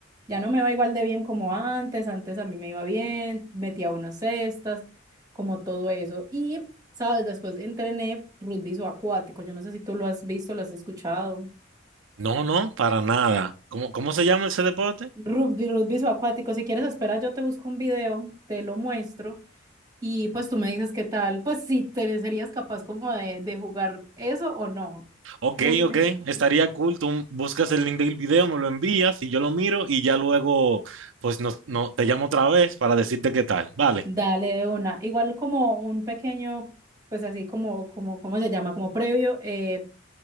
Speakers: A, on the right; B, on the right.
A: ya no me va igual de bien como antes, antes a mí me iba bien, metía buenas cestas, como todo eso. Y, ¿sabes? Después entrené rugby acuático yo no sé si tú lo has visto, lo has escuchado.
B: No, no, para nada. ¿Cómo, cómo se llama ese deporte?
A: Rugby, rugby acuático si quieres, espera, yo te busco un video, te lo muestro y pues tú me dices qué tal, pues si te serías capaz como de, de jugar eso o no.
B: Ok,
A: Un
B: ok, estaría cool. Tú buscas el link del video, me lo envías y yo lo miro y ya luego, pues, no, no, te llamo otra vez para decirte qué tal. Vale,
A: Dale de una. Igual como un pequeño, pues así como, como, ¿cómo se llama? Como previo, eh,